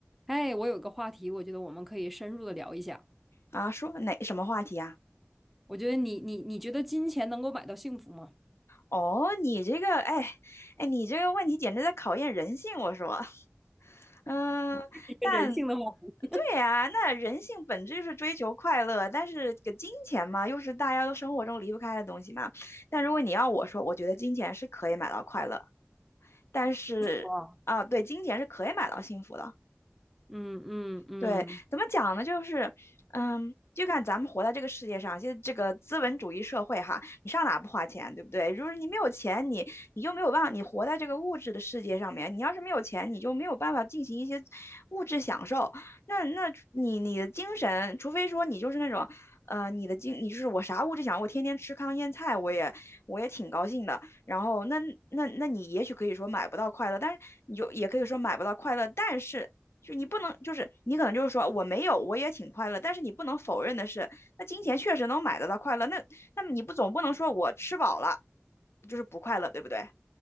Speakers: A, in the centre; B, on the left.
A: 哎，我有个话题，我觉得我们可以深入的聊一下。
B: 啊，说哪什么话题啊？
A: 我觉得你你你觉得金钱能够买到幸福吗？
B: 哦，你这个，哎，哎，你这个问题简直在考验人性，我说，嗯，
A: 一个人性的话题
B: 但对呀，那人性本质就是追求快乐，但是这个金钱嘛，又是大家都生活中离不开的东西嘛。但如果你要我说，我觉得金钱是可以买到快乐，但是啊，
A: 啊，
B: 对，金钱是可以买到幸福的。
A: 嗯嗯嗯
B: 对，怎么讲呢？就是，嗯，就看咱们活在这个世界上，现在这个资本主义社会哈，你上哪不花钱，对不对？如果你没有钱，你你就没有办法，你活在这个物质的世界上面，你要是没有钱，你就没有办法进行一些物质享受。那那你你的精神，除非说你就是那种，呃，你的精，你就是我啥物质享受，我天天吃糠咽菜，我也我也挺高兴的。然后那那那你也许可以说买不到快乐，但是你就也可以说买不到快乐，但是就你不能，就是你可能就是说我没有，我也挺快乐，但是你不能否认的是，那金钱确实能买得到快乐，那那么你不总不能说我吃饱了就是不快乐，对不对？